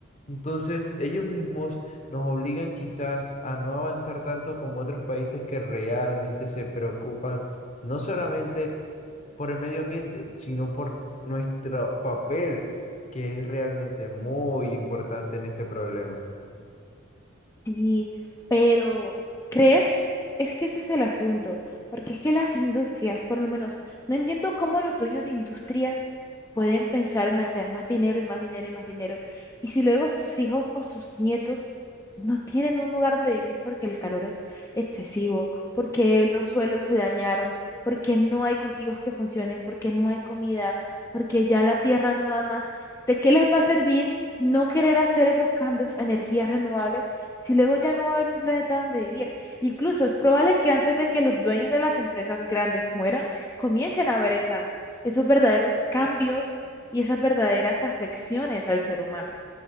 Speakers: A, on the left; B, on the left.
A: Entonces, ellos mismos nos obligan quizás a no avanzar tanto como otros países que realmente se preocupan no solamente por el medio ambiente, sino por nuestro papel, que es realmente muy importante en este problema.
B: Sí, pero ¿crees? Es que ese es el asunto, porque es que las industrias, por lo menos, no entiendo cómo los dueños de industrias pueden pensar en hacer más dinero y más dinero y más dinero, y si luego sus hijos o sus nietos no tienen un lugar donde vivir porque el calor es excesivo, porque los suelos se dañaron, porque no hay cultivos que funcionen, porque no hay comida, porque ya la tierra no da más, ¿de qué les va a servir no querer hacer esos cambios a energías renovables? si luego ya no va a haber un planeta donde vivir. Incluso es probable que antes de que los dueños de las empresas grandes mueran, comiencen a haber esas, esos verdaderos cambios y esas verdaderas afecciones al ser humano.